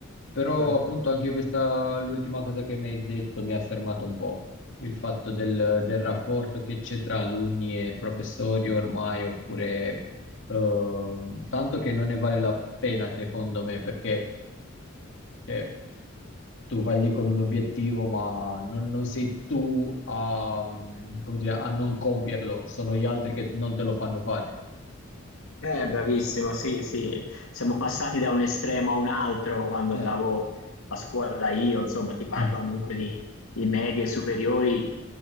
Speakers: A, on the left; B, on the left.
A: Però
B: Certo.
A: appunto anche questa, l'ultima cosa che mi hai detto mi ha fermato un po', il fatto del, del rapporto che c'è tra alunni e professori ormai, oppure Ehm, tanto che non ne vale la pena, secondo me, perché cioè, tu vai lì con un obiettivo, ma non, non sei tu a, mm, come dire, a non compierlo, sono gli altri che non te lo fanno fare.
B: Eh, bravissimo, sì, sì, siamo passati da un estremo a un altro quando
A: Eh,
B: andavo a scuola io, insomma, ti parlo
A: Mm,
B: comunque di, di medie superiori,